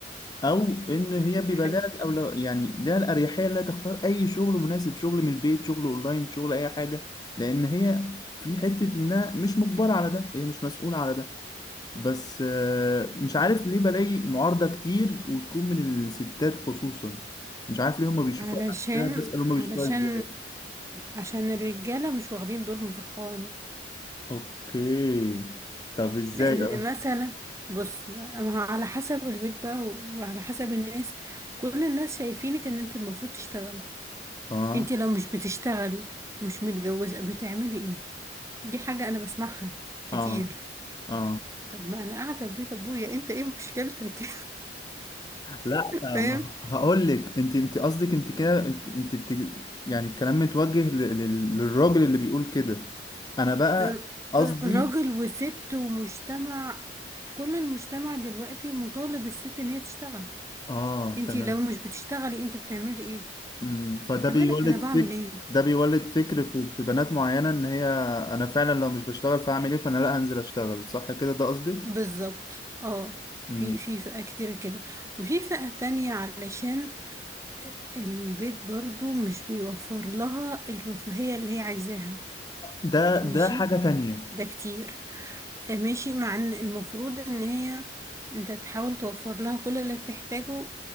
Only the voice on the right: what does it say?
دي حقيقة
علشان
علشان
عشان الرجالة مش واخدين دورهم في القوامة
لان
مثلا بص ما هو على حسب البيت بقى وعلى حسب الناس كل الناس شايفينك ان انت المفروض تشتغلي
انت لو مش بتشتغلي ومش متجوزة بتعملي ايه دي حاجة انا بسمعها كتير
طب ما انا قاعدة في بيت ابويا انت ايه مشكلتك
<laughs> فاهم
الر-
الراجل وست ومجتمع كل المجتمع دلوقتي مطالب الست ان هي تشتغل
انت
لو مش بتشتغلي انت بتعملي ايه
انت
مالك انا بعمل
ايه
بالظبط اه
في في فئة كتير كده وفي فئة تانية علشان البيت برضو مش بيوفر لها الرفاهية اللي هي عايزاها
ماشي
ده كتير آه، ماشي مع ان المفروض ان هي انت تحاول توفر لها كل اللي تحتاجه